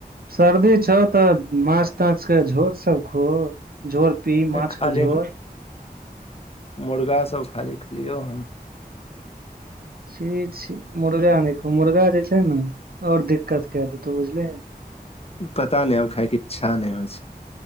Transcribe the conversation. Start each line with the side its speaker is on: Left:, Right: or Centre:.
Right: सर्दी छौ तऽ माछ ताछ के झोर सब खो। झोर पी माछके
Left: खाली
Right: झोर।
Left: मुर्गा सब खाली खेलियों हम
Right: छी छी मुर्गा न मुर्गा जे छै ने आओर दिक्कत क देतो बुझलिये।
Left: पता नहि आब खायके इच्छा नहि होइ छै।